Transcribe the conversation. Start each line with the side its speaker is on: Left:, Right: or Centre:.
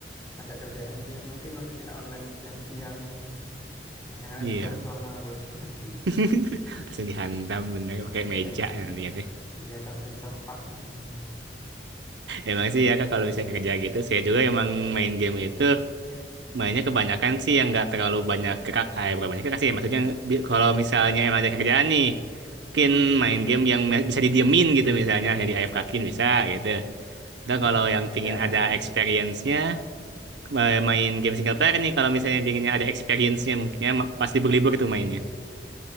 Left: ada kerjaan, jadi nggak mungkin lah kita online siang-siang gitu. Yang ada
Right: Iya,
Left: dikemplang sama bosku <laughs> nanti.
Right: <laughs> langsung dihantam bener pakai
Left: Ya,
Right: meja nanti ya.
Left: dia tam di tempat langsung. tuh.
Right: Emang sih ya kak kalau misalnya kerja gitu, saya juga emang main game itu Mainnya kebanyakan sih yang nggak terlalu banyak gerak, eh bukan banyak gerak sih, ya, maksudnya bi- kalau misalnya emang ada kerjaan nih, mungkin
Left: Hmm,
Right: main game yang me- bisa didiemin gitu misalnya, yang di AFK-kin bisa gitu. Dan
Left: hmm.
Right: kalau yang pingin
Left: Ya, benar-benar.
Right: ada experience-nya, eh, main game single player nih, kalau misalnya pinginnya ada experience-nya mungkinnya ma- pas libur-libur tuh mainnya.